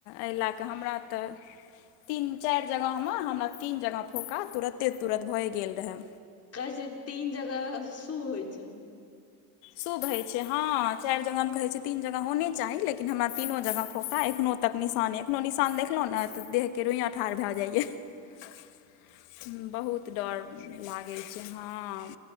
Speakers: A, on the left; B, on the left.
A: एहि लऽ कऽ हमरा तऽ। तीन चारि जगहमे हमरा तीन जगह फोका तुरते तुरत भए गेल रहय।
B: कहै छै तीन जगह शुभ होइय छैं।
A: शुभ होइत छै हाॅं चारि जगहमे कहैत छै तीन जगह होने चाही लेकिन हमरा तीनों जगह। फोका एखनो तक निशान एखनो निशान देखलहुँ ने तऽ देहके रोइयाँ ठाढ़ भए जाइया। <unintelligible> बहुत डर। लागै छै हाॅं